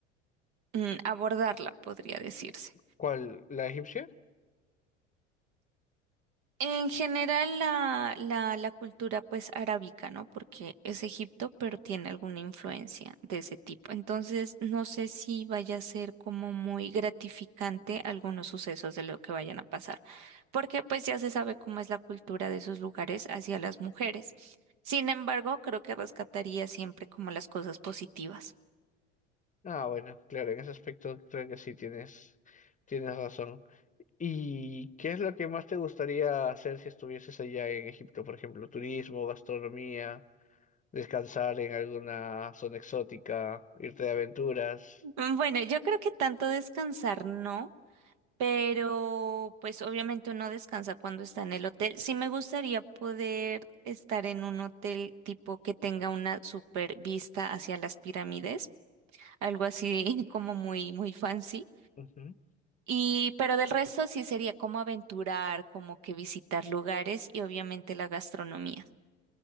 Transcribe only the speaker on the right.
mm, abordarla, podría decirse.
En general la, la, la cultura pues arábica, ¿no? Porque es Egipto, pero tiene alguna influencia de ese tipo. Entonces, no sé si vaya a ser como muy gratificante algunos sucesos de lo que vayan a pasar, porque pues ya se sabe cómo es la cultura de esos lugares hacia las mujeres. Sin embargo, creo que rescataría siempre como las cosas positivas.
Mm, Bueno, yo creo que tanto descansar no. Pero pues obviamente uno descansa cuando está en el hotel. Sí me gustaría poder estar en un hotel tipo que tenga una super vista hacia las pirámides, algo así <laughs> como muy muy fancy.
Y pero del resto sí sería como aventurar, como que visitar lugares y obviamente la gastronomía.